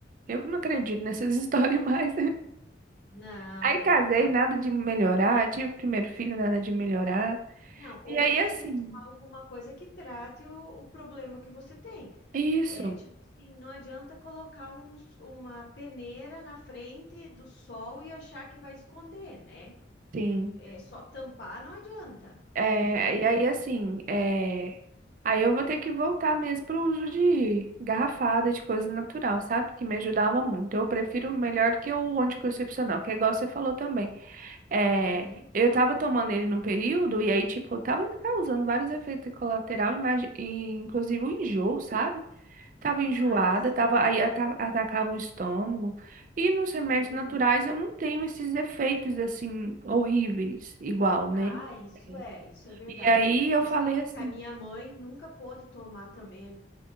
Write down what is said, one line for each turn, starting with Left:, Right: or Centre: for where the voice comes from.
Right: eu que não acredito
Left: Hum.
Right: nessas <laughs> histórias mais.
Left: Não,
Right: Aí
Left: não,
Right: casei,
Left: não.
Right: nada de melhorar, tive primeiro filho, nada de melhorar.
Left: Não, ou
Right: E aí
Left: tu vai
Right: assim,
Left: ter que tomar alguma coisa que trate o, o problema que você tem.
Right: isso,
Left: É tipo assim, não adianta colocar um s- uma peneira na frente do sol e achar que vai esconder, né?
Right: sim.
Left: É só tampar, não adianta.
Right: É,
Left: <laughs>
Right: e aí assim, é... aí eu vou ter que voltar mesmo pro uso de garrafada, de coisa natural, sabe? Que me ajudava muito. Eu prefiro
Left: Aham.
Right: melhor do que o anticoncepcional, que é igual você falou também. É,
Left: Uhum.
Right: eu tava tomando ele num período e aí, tipo, tava me causando vários efeitos colaterais, inclusive o enjoo, sabe? Tava enjoada,
Left: Ah, sim.
Right: tava, aí ata- atacava o estômago. E nos remédios
Left: Uhum.
Right: naturais eu não tenho esses efeitos, assim, horríveis, igual, né?
Left: Ah, isso
Right: Sim.
Left: é, isso é verdade.
Right: E aí eu
Left: Tu
Right: falei
Left: sabe
Right: assim,
Left: que a minha mãe nunca pôde tomar também.